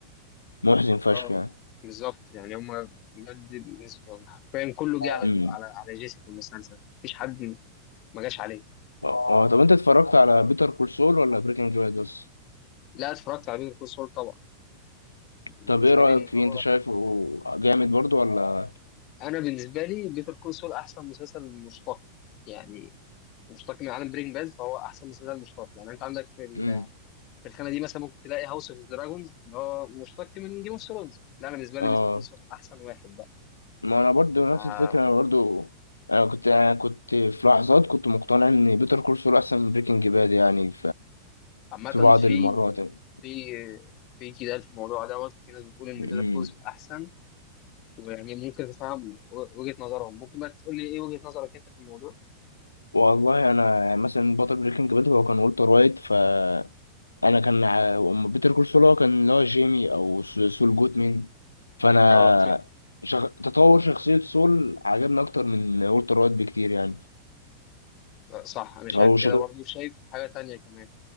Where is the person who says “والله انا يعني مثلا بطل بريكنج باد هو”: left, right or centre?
Left